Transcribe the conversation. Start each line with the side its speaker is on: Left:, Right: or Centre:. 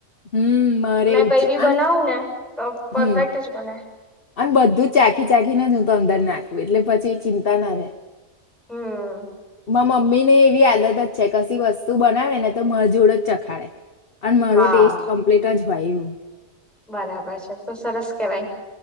Left: હમ મારે
Centre: મેં
Left: એવું
Centre: કઈ
Left: જ છે
Centre: ભી બનાવું
Left: અન
Centre: ને તો પરફેક્ટ
Left: હમ
Centre: જ બને.
Left: અને બધું ચાખી ચાખીને જ હું તો અંદર નાખું એટલે પછી ચિંતા ના રહેે.
Centre: હમ
Left: મા મ્મી ને એવી આદત જ છે કશી વસ્તુ બનાવે ને તો મજોડ જ ચખાડે. અને મારો
Centre: હા
Left: ટેસ્ટ કમ્પ્લીટ જ હોય એવું.
Centre: બરાબર છે તો સરસ કેવાય.